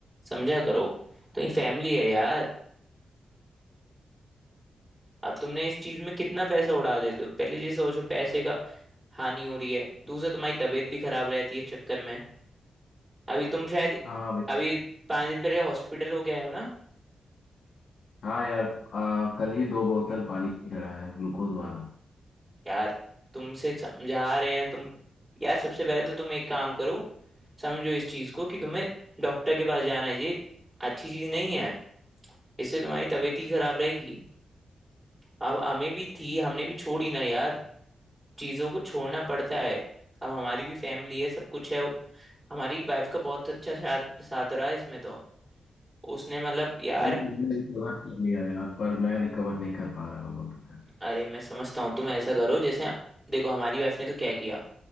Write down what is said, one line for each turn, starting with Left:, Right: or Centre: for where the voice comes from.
Centre: समझा करो तो ये फैमिली है यार अब तुमने इस चीज में कितना पैसा उड़ा देते हो पहले ये सोचो पैसे का हानि हो रही है दूसरा तुम्हारी तबीयत भी खराब रहती है इस चक्कर में अभी तुम शायद
Left: हाँ भाई
Centre: अभी पाँच दिन पहले हॉस्पिटल हो गए हो ना
Left: हाँ यार आ, कल ही दो बोतल पानी चढ़ा है ग्लूकोज वाला
Centre: यार तुमसे समझा रहे हैं तुम यार सबसे पहले तो तुम एक काम करो समझो इस चीज को कि तुम्हें डॉक्टर के पास जाना है ये अच्छी चीज नहीं है इससे तुम्हारी तबीयत ही खराब रहेगी अब हमें भी थी हमने भी छोड़ी ना यार चीज़ों को छोड़ना पड़ता है अब हमारी भी फैमिली है सब कुछ है हमारी वाइफ का बहुत अच्छा साथ साथ रहा इसमें तो उसने मतलब यार
Left: भाई तुमने रिकवर कर लिया यार पर मैं रिकवर नहीं कर पा रहा हूँ अभी तक
Centre: अरे मैं समझता हूँ तुम ऐसा करो जैसे देखो हमारी वाइफ ने तो क्या किया